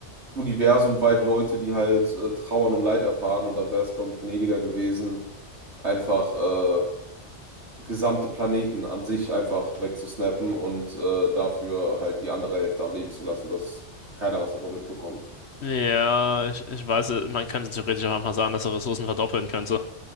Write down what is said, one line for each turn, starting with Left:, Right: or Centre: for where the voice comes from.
Right: universumweit Leute, die halt äh, trauern und Leid erfahren. Und da wäre es, glaube ich, gnädiger gewesen, einfach äh, gesamte Planeten an sich einfach wegzusnappen und äh, dafür halt die andere Hälfte am Leben zu lassen, dass keiner was davon mitbekommt.
Left: Ja, ich, ich weiß, äh, man könnte theoretisch auch einfach sagen, dass er Ressourcen verdoppeln könnte.